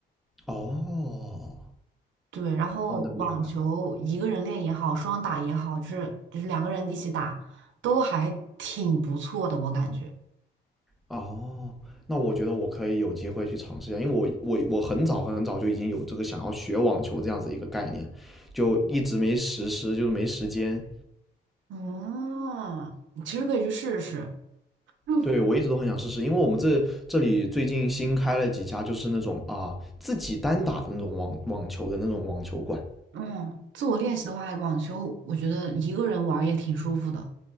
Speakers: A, in the centre; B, on the right.
A: 哦
B: 对，然后网球一个人练也好，
A: 我能明白。
B: 双打也好，就是就是两个人一起打，都还挺不错的，我感觉。
A: 哦，那我觉得我可以有机会去尝试一下，因为我我我很早很早就已经有这个想要学网球这样子一个概念，就一直没实施，就是没时间。
B: 嗯，其实可以去试试。嗯，
A: 对，我一直都很想试试，因为我们这这里最近新开了几家，就是那种啊自己单打的那种网网球的那种网球馆。
B: 嗯，自我练习的话，网球我觉得一个人玩儿也挺舒服的。